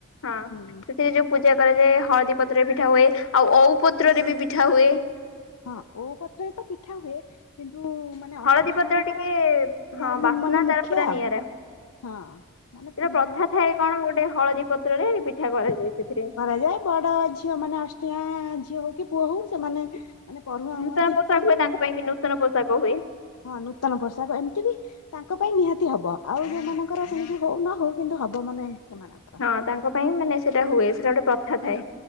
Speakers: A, on the left; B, on the left.
A: ହଁ
B: ହୁଁ
A: ସେଥିରେ ଯୋଉ ପୂଜା କରାଯାଏ ହଳଦୀ ପତ୍ରରେ ପିଠା ହୁଏ ଆଉ ଅଉ ପତ୍ରରେ ବି ପିଠା ହୁଏ।
B: ହଁ ଓଉ ପତ୍ରରେ ତ ପିଠା ହୁଏ କିନ୍ତୁ ମାନେ ଅଷ୍ଟିଆ
A: ହଳଦୀ ପତ୍ର
B: ମାନଙ୍କର
A: ଟିକେ ହଁ
B: ତାର
A: ବାସ୍ନା
B: ମାନେ ମୁଖ୍ୟ
A: ତାର ପୁରା
B: ଆଉ।
A: ନିଆରା
B: ହଁ ମାନେ
A: ସେଟା ପ୍ରଥା
B: ମାନେ
A: ଥାଏ କଣ ଗୋଟେ ହଳଦୀ ପତ୍ରରେ ପିଠା କରାଯାଏ ସେଥିରେ।
B: କରାଯାଏ ବଡ ଝିଅ ମାନେ ଅଷ୍ଟଟିଆ ଝିଅ ହଉ କି ପୁଅ ହଉ ସେମାନେ ପଢୁଆ
A: ନୂତନ
B: ହୁଅନ୍ତି
A: ପୋଷାକ
B: କି
A: ହୁଏ
B: ମାନେ
A: ତାଙ୍କ ପାଇଁ ବି ନୂତନ ପୋଷାକ ହୁଏ।
B: ହଁ ନୂତନ ପୋଷାକ ଏମିତି ବି ତାଙ୍କ ପାଇଁ ନିହାତି ହବ, ଆଉ ଯୋଉ ମାନଙ୍କର ସେମିତି ହଉ ନ ହଉ କିନ୍ତୁ ହବ ମାନେ ସେମାନଙ୍କ।
A: ହଁ ତାଙ୍କ ପାଇଁ ମାନେ ସେଇଟା ହୁଏ ସେଇଟା ଗୋଟେ ପ୍ରଥା ଥାଏ।